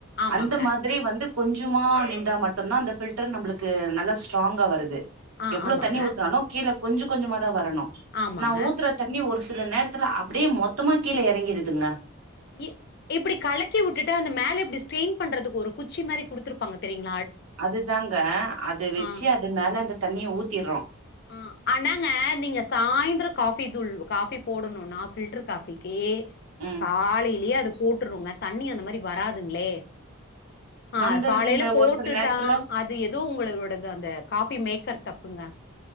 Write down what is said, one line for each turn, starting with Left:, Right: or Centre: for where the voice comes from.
Left: ஆமாங்க.
Right: அந்த மாதிரி வந்து கொஞ்சமா நின்டா மட்டும்தா அந்த ஃபில்டர் நம்மளுக்கு நல்லா ஸ்ட்ராங்கா வருது
Left: ஆ
Right: எவ்ளோ
Left: ஆமாங்க,
Right: தண்ணி ஊத்துனாலு கீழ கொஞ்சோ கொஞ்சமாதா வரணு
Left: ஆமாங்க.
Right: நா ஊத்துற தண்ணி ஒரு ஸ் சில நேரத்துல அப்டியே மொத்தமா கீழ இறங்கிடுதுங்க
Left: இப் இப்டி கலக்கி விட்டுட்டா அந்த மேல எப்டி ஸ்ட்யின் பண்றதுக்கு ஒரு குச் ச்சி மாதிரி குடுத்துருப்பாங்க தெரியுங்
Right: அது தாங்க அத வெச்சு
Left: ஆ
Right: அது மேல அந்த தண்ணிய ஊத்திடுறோ
Left: ஆ ஆனாங்க நீங்க சாய்ந்தரோ காஃபி தூள் காபி போடணு நா ஃபில்டர் காஃபி ஏ
Right: ம்
Left: காலிலையே அது போட்டுருங்க தண்ணி அந்த மாதிரி வராதுங்களே ஆ
Right: வந்துருதுங்க
Left: காலையில போட்டுட்டா
Right: ஒரு சில நேரத்துல
Left: அது ஏதோ உங்களோடது அந்த காஃபி மேக்கர் தப்பு இருப்புங்க